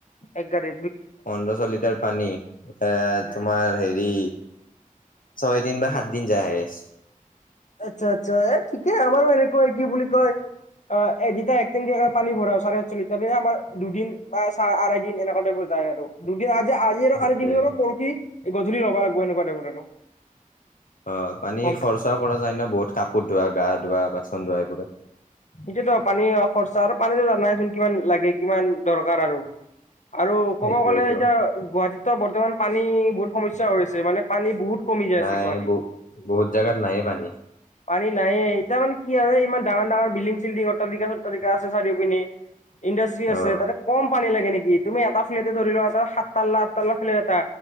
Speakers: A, on the left (about 55°); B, on the left (about 70°).
A: একগাড়ী।
B: পোন্ধৰশ লিটাৰ পানী এ
A: উম
B: তোমাৰ হেৰি ছয় দিন বা সাত দিন যায় হাইষ্ট।
A: আচ্ছা আচ্ছা এ ঠিকে আমাৰো এনেকুৱাই কি বুলি কয়। অ', এ দুটা একদিন পানী ভৰা চাৰে আাতশ লিটাৰ পি আমাৰ দুদিন বা চ আঢ়ৈ দিন এনেকুৱা বুজাই আৰু। দুদিন আজি, আজি আৰু
B: সেইটোয়ে
A: কালি তিদিন পৰহি গধূলি ল'ব লাগিব এনেকুৱা টাইপৰ আৰু।
B: অ', পানী
A: কম
B: খৰচাও কৰা যায় ন বহুত কাপোৰত ধোৱা গা ধোৱা বাচন ধোৱা এইবোৰত।
A: এটোতো পানী খৰচা আৰু পানীতো নাই চোন কিমান লাগে কিমান দৰকাৰ আৰু আৰু ক'ব
B: সেইটোয়েতো
A: গ'লে এতিয়া গুৱাহাটীতো বৰ্তমান পানী বহুত সমস্যা আছে মানে পানী বহুত কমি যায়
B: নাই,
A: আছে গুৱাহাটীত
B: ব বহুত জাগাত নাইয়ে পানী।
A: পানী নায়ে, এতিয়া মানে কি আৰু ইমান ডাঙৰ ডাঙৰ বিল্ডিং চিল্ডিং অট্টালিকা চট্টালিকা আছে চাৰিও পিনে ইণ্ডাষ্ট্ৰি আছে
B: অ
A: তাতে কম পানী লাগে নেকি? তুমি এটা ফ্লেটে ধৰি লোৱা এটা সাত তাল্লা আঠ তাল্লা ফ্লেট এটা,